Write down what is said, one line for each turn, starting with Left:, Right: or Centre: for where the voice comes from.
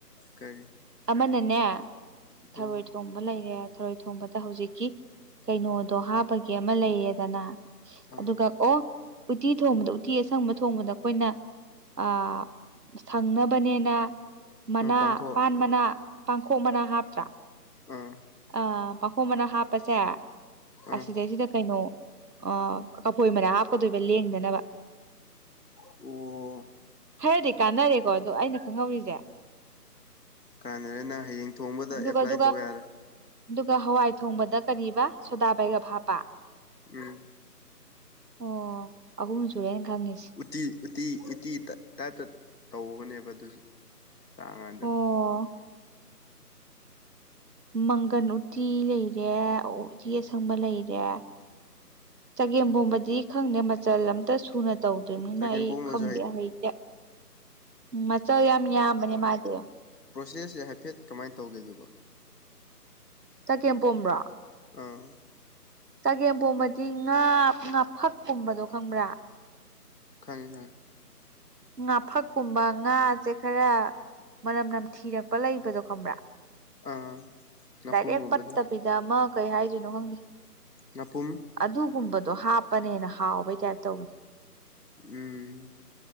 Left: ꯀꯔꯤ
Right: ꯑꯃꯅꯅꯦ ꯊꯔꯣꯏ
Left: ꯑꯣ
Right: ꯊꯣꯡꯕ ꯂꯩꯔꯦ ꯊꯔꯣꯏ ꯊꯣꯡꯕꯗ ꯍꯧꯖꯤꯛꯀꯤ ꯀꯩꯅꯣꯗꯣ ꯍꯥꯞꯄꯒꯤ ꯑꯃ ꯂꯩꯌꯦꯗꯅ
Left: ꯑꯥ
Right: ꯑꯗꯨꯒ ꯑꯣ ꯎꯇꯤ ꯊꯣꯡꯕꯗ ꯎꯇꯤ ꯑꯁ ꯁꯪꯕ ꯊꯣꯡꯕꯗ ꯑꯩꯈꯣꯏꯅ ꯑ ꯁꯪꯅꯕꯅꯦꯅ ꯃꯅꯥ
Left: ꯄꯥꯡꯈꯣꯛ
Right: ꯄꯥꯟ ꯃꯅꯥ ꯄꯥꯡꯈꯣꯛ ꯃꯅꯥ ꯍꯥꯞꯇ꯭ꯔꯥ
Left: ꯑꯥ
Right: ꯑ ꯄꯥꯡꯈꯣꯛ ꯃꯅꯥ ꯍꯥꯞꯄꯁꯦ
Left: ꯑꯥ
Right: ꯑꯁꯤꯗꯩꯁꯤꯗ ꯀꯩꯅꯣ ꯑ ꯀꯐꯣꯏ ꯃꯅꯥ ꯍꯥꯞꯀꯗꯣꯏꯕ ꯂꯦꯡꯗꯅꯕ
Left: ꯑꯣ
Right: ꯈꯔꯗꯤ ꯀꯥꯟꯅꯔꯦꯀꯣ ꯑꯗꯣ ꯑꯩꯅ ꯈꯪꯍꯧꯔꯤꯖꯦ
Left: ꯀꯥꯟꯅꯔꯦ ꯅꯪ ꯍꯌꯦꯡ ꯊꯣꯡꯕꯗ
Right: ꯑꯗꯨꯒ
Left: ꯑꯦꯄ꯭ꯂꯥꯏ
Right: ꯑꯗꯨꯒ
Left: ꯇꯧ ꯌꯥꯔꯦ
Right: ꯑꯗꯨꯒ ꯍꯋꯥꯏ ꯊꯣꯡꯕꯗ ꯀꯔꯤ ꯑꯕ ꯁꯣꯗꯥ ꯕꯩꯒꯞ ꯍꯥꯞꯄ
Left: ꯎꯝ
Right: ꯑꯣ ꯑꯍꯨꯝꯁꯨꯨꯔꯦ ꯑꯩ ꯈꯪꯉꯤꯁꯦ
Left: ꯎꯇꯤ ꯎꯇꯤ ꯎꯇꯤ ꯇ ꯇꯥꯏꯞꯇ ꯇꯧꯕꯅꯦꯕ ꯑꯗꯨꯁꯨ ꯆꯥꯀꯥꯟꯗ
Right: ꯑꯣ ꯃꯪꯒꯟ ꯎꯇꯤ ꯂꯩꯔꯦ ꯎꯇꯤ ꯑꯁꯪꯕ ꯂꯩꯔꯦ ꯆꯒꯦꯝ
Left: ꯎꯝ
Right: ꯄꯣꯝꯕꯗꯤ ꯈꯪꯗꯦ ꯃꯆꯜ ꯑꯝꯇ ꯁꯨꯅ ꯇꯧꯗ꯭ꯔꯤꯝꯅꯤꯅ
Left: ꯆꯒꯦꯝ
Right: ꯑꯩ
Left: ꯄꯣꯝꯕꯁꯨ
Right: ꯈꯪꯗꯦ ꯍꯩꯇꯦ ꯃꯆꯜ ꯌꯥꯝ ꯌꯥꯝꯕꯅꯦ ꯃꯥꯗꯤ
Left: ꯄ꯭ꯔꯣꯁꯦꯁ ꯁꯦ ꯍꯥꯏꯐꯦꯠ ꯀꯃꯥꯏ ꯇꯧꯒꯦ ꯑꯗꯨꯕꯣ
Right: ꯆꯒꯦꯝꯄꯣꯝꯕ꯭ꯔꯣ
Left: ꯑꯥ
Right: ꯆꯒꯦꯝꯄꯣꯝꯕꯗꯤ ꯉꯥ ꯉꯥꯐꯛꯀꯨꯝꯕꯗꯣ ꯈꯪꯕ꯭ꯔꯥ
Left: ꯈꯪꯉꯦ ꯈꯪꯉꯦ
Right: ꯉꯥꯐꯛꯀꯨꯝꯕ ꯉꯥꯖꯦ ꯈꯔ ꯃꯅꯝ ꯅꯝ ꯊꯤꯔꯛꯄ ꯂꯩꯕꯗꯣ ꯈꯪꯕ꯭ꯔꯥ
Left: ꯑꯥ ꯉꯥꯄꯨꯝꯒꯨꯝꯕꯗꯣ
Right: ꯗꯥꯏꯔꯦꯛ ꯄꯠꯇꯕꯤꯗ ꯑꯃ ꯀꯩ ꯍꯥꯏꯗꯣꯏꯅꯣ ꯈꯪꯗꯦ
Left: ꯉꯥꯄꯨꯝ
Right: ꯑꯗꯨꯒꯨꯝꯕꯗꯣ ꯍꯥꯞꯄꯅ ꯍꯦꯟꯅ ꯍꯥꯎꯕꯩ ꯇꯥꯏꯞ ꯇꯧꯕꯅꯦ
Left: ꯎꯝ